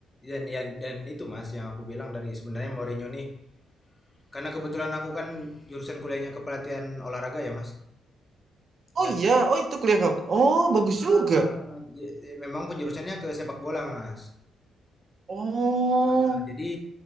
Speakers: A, on the left (about 20°); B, on the right (about 45°).
A: dan ya dan itu Mas yang aku bilang dari sebenarnya Mourinho nih, karena kebetulan aku kan jurusan kuliahnya kepelatihan olahraga ya Mas,
B: Oh
A: dan
B: iya, oh itu kuliah kamu. Oh, bagus
A: heeh,
B: juga.
A: ja eee, memang penjurusannya ke sepak bola Mas.
B: Oh,
A: Heeh, jadi